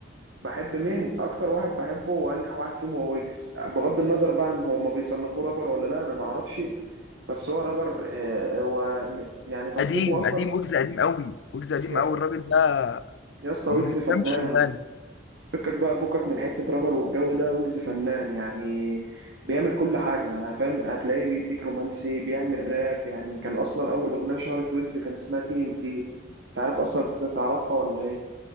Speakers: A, on the right; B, on the left.
A: بحب مين أكتر واحد بحبه وأنجح واحد فيهم هو ويجز بغض النظر بقى إن هو ما بيصنفوه رابر ولا لا أنا ما أعرفش بس هو رابر آه، هو م- يعني تصنيفه
B: قديم
A: أصلا
B: قديم ويجز قديم قوي ويجز قديم
A: يا
B: قوي الراجل ده
A: يا اسطى
B: من
A: ويجز
B: قدام
A: فنان
B: الشغلانه
A: فكك بقى فكك من حتة رابر والجو ده ويجز فنان يعني بيعمل كل حاجة فاهم هتلاقيه بيديك رومانسي بيعمل راب يعني كان أصلا أول أغنية شهرت ويجز كان اسمها تي إن تي مش عارف أصلا أنت تعرفها ولا إيه